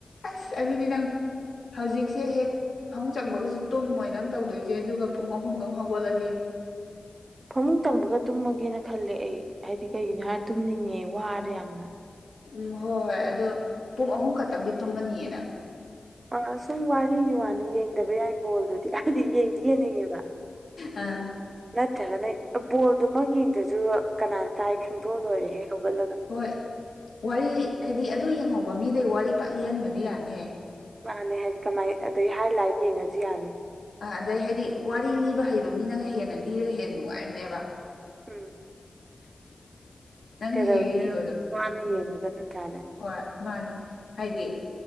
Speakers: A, on the left (about 55°); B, on the right (about 55°).
A: ꯑꯁ ꯑꯗꯨꯗꯤ ꯅꯪ ꯍꯧꯖꯤꯛꯁꯦ ꯍꯦꯛ ꯐꯃꯨꯡ ꯆꯪꯕꯒꯁꯨ ꯇꯨꯝꯕꯣꯏ ꯅꯪ ꯇꯧꯗꯣꯏꯁꯦ ꯑꯗꯨꯒ ꯄꯨꯡ ꯑꯍꯨꯝꯗꯧ ꯍꯧꯒꯠꯂꯗꯤ
B: ꯐꯃꯨꯡ ꯆꯪꯕꯒ ꯇꯨꯝꯃꯒꯦꯅ ꯈꯜꯂꯦ ꯑꯩ ꯍꯥꯏꯗꯤ ꯀꯩꯒꯤꯅꯣ ꯍꯥꯏꯔ ꯇꯨꯝꯅꯤꯡꯉꯦ ꯋꯥꯔꯦ ꯌꯥꯝꯅ
A: ꯎꯝ ꯍꯣꯏ ꯍꯣꯏ ꯑꯗꯨꯣ ꯄꯨꯡ ꯑꯍꯨꯝ ꯈꯛꯇꯪꯗꯤ ꯇꯨꯝꯃꯅꯤꯌꯦ ꯅꯪ
B: ꯑꯥ ꯁꯨꯝ ꯋꯥꯔꯤꯒꯤ ꯋꯥꯅꯤ ꯌꯦꯡꯗꯕ ꯌꯥꯏ ꯕꯣꯜꯗꯨꯗꯤ ꯗꯤ ꯌꯦꯟꯗꯤ ꯌꯦꯟꯅꯤꯡꯉꯦꯕ
A: ꯑꯥ
B: ꯅꯠꯇ꯭ꯔꯒꯅ ꯕꯣꯜꯗꯨꯃꯛ ꯌꯦꯡꯗ꯭ꯔꯁꯨ ꯀꯅꯥ ꯀꯥꯏ ꯈꯪꯗꯣꯛꯑꯣ ꯂꯣꯏꯔꯦꯍꯦ ꯍꯧꯒꯠꯂꯒ
A: ꯍꯣꯏ ꯋꯥꯔꯤ ꯍꯥꯏꯗꯤ ꯑꯗꯨ ꯌꯦꯡꯍꯧꯕ ꯃꯤꯗꯩ ꯋꯥꯔꯤ ꯄꯠꯂꯤꯍꯟꯕꯗꯤ ꯌꯥꯅꯤꯌꯦ
B: ꯃꯥꯅꯦ ꯍꯥꯏꯗꯤ ꯀꯃꯥꯏ ꯑꯗꯩ ꯍꯥꯏ ꯂꯥꯏꯠ ꯌꯦꯡꯉꯁꯨ ꯌꯥꯅꯤ
A: ꯑ ꯑꯗꯩ ꯍꯥꯏꯗꯤ ꯋꯥꯔꯤ ꯂꯤꯕ ꯍꯩꯕ ꯃꯤꯅꯒ ꯍꯦꯟꯅ ꯂꯤꯔꯒ ꯍꯦꯟꯅ ꯅꯨꯡꯉꯥꯏꯕꯅꯦꯕ
B: ꯎꯝ
A: <inaudible>
B: ꯀꯩꯗꯧꯗꯣꯏꯅꯣ
A: ꯂꯤꯕꯗꯣ
B: ꯋꯥꯅ
A: ꯎꯝ
B: ꯌꯦꯡꯉꯒꯅ ꯅꯥꯠꯇ꯭ꯔꯅꯦ
A: ꯍꯣꯏ ꯃꯥꯟꯅꯤ ꯍꯥꯏꯗꯤ